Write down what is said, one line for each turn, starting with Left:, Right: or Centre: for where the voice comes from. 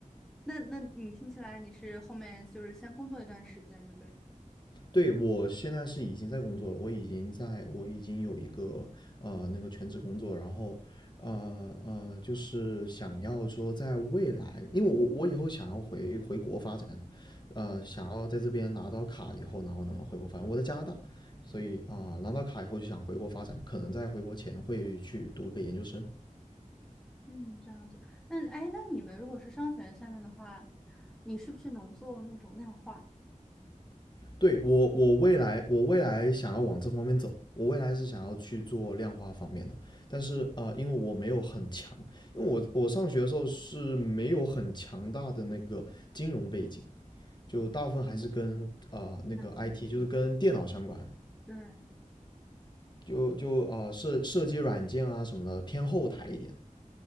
Centre: 那那你听起来你是后面就是先工作一段时间准备？
Left: 对我现在是已经在工作了，我已经在我已经有一个呃那个全职工作，然后呃呃就是想要说在未来，因为我我以后想要回回国发展，呃想要在这边拿到卡以后，然后呢回国发展。我在加拿大，所以啊、拿到卡以后就想回国发展，可能在回国前会去读个研究生。
Centre: 嗯，这样子。那哎，那你们如果是商学院下面的话，你是不是能做那种量化？
Left: 对我，我未来，我未来想要往这方面走，我未来是想要去做量化方面的，但是呃，因为我没有很强，因为我我上学的时候是没有很强大的那个金融背景，就大部分还是跟啊那个
Centre: 嗯，这样子。
Left: IT，就是跟电脑相关的，
Centre: 对，
Left: 就就呃设设计软件啊什么的偏后台一点。